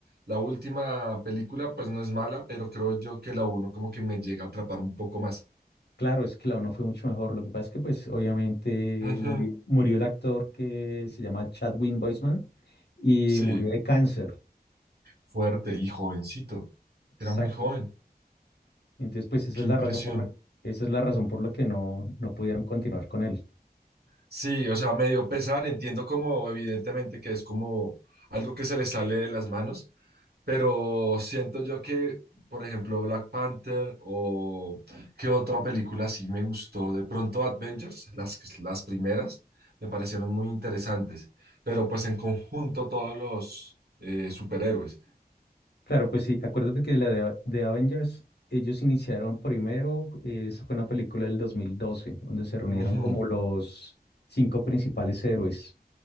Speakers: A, on the right; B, on the left.
A: La última película pues no es mala, pero creo yo que la uno como que me llega a atrapar un poco más.
B: Claro, es que la uno fue mucho mejor. Lo que pasa es que, pues, obviamente
A: Ujú,
B: murió, murió el actor que se llama Chadwick Boseman y
A: Sí,
B: murió de cáncer.
A: fuerte y jovencito.
B: Exacto.
A: Era muy joven.
B: Entonces, pues, esa
A: Qué
B: es la
A: impresión.
B: razón por la, esa es la razón por la que no, no pudieron continuar con él.
A: Sí, o sea, me dio pesar. Entiendo como evidentemente que es como algo que se le sale de las manos, Pero siento yo que, por ejemplo, Black Panther o qué otra película sí me gustó. De pronto Avengers, las, las primeras, me parecieron muy interesantes. Pero pues en conjunto todos los eh, superhéroes.
B: Claro, pues sí, acuérdate que la de, de Avengers, ellos iniciaron primero, eh, esa fue una película del 2012, donde se reunieron
A: Ujú,
B: como los cinco principales héroes.